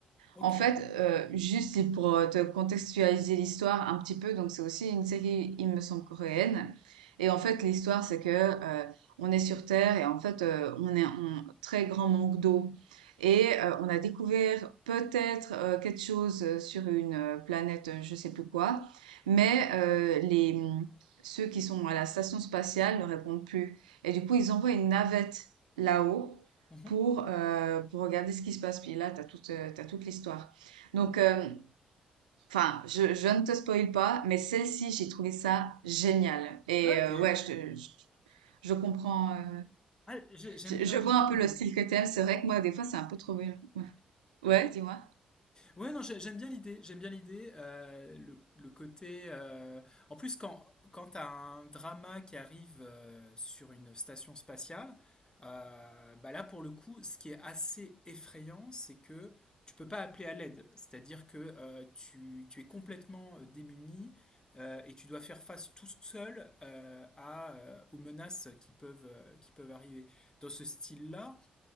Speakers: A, on the left; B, on the right.
A: Ok.
B: En fait, euh, juste c'est pour euh, te contextualiser l'histoire un petit peu, donc c'est aussi une série, il me semble, coréenne. Et en fait, l'histoire, c'est que euh, on est sur Terre et en fait, euh, on est en très grand manque d'eau. Et euh, on a découvert peut-être euh, quelque chose euh, sur une euh, planète, euh, je sais plus quoi, mais euh, les, ceux qui sont à la station spatiale ne répondent plus. Et du coup, ils envoient une navette là-haut
A: Mhm.
B: pour, euh, pour regarder ce qui se passe. Puis là, t'as toute, euh, t'as toute l'histoire. Donc, euh, enfin, je, je ne te spoil pas, mais celle-ci, j'ai trouvé ça génial. Et
A: Ok.
B: euh, ouais, je, te- je, je comprends. euh,
A: Ah, j'ai- j'aime
B: je,
A: bien,
B: je vois
A: j'aime bien
B: un
A: l'idée.
B: peu le style que t'aimes. C'est vrai que moi, des fois, c'est un peu trop violent. Ouais, Ouais, dis-moi.
A: Ouais, non, j'ai- j'aime bien l'idée. J'aime bien l'idée. euh, le, le côté. euh, En plus, quand, quand tu as un drama qui arrive euh, sur une station spatiale, euh, bah là, pour le coup, ce qui est assez effrayant, c'est que tu peux pas appeler à l'aide. C'est-à-dire que euh, tu, tu es complètement euh, démuni euh, et tu dois faire face tout seul euh, à, euh, aux menaces qui peuvent, euh, qui peuvent arriver. Dans ce style-là,